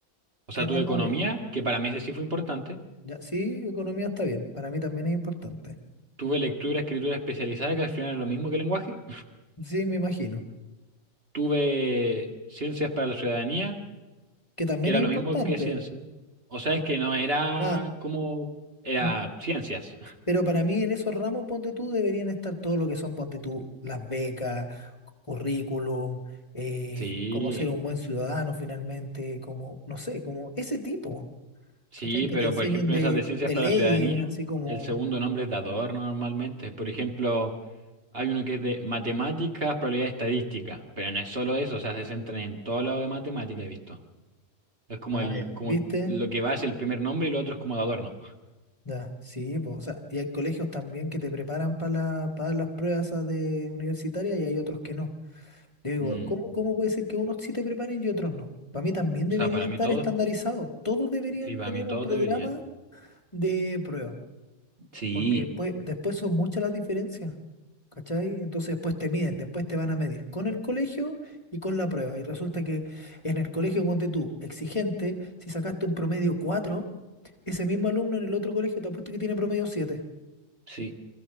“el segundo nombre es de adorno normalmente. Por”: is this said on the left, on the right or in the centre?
Right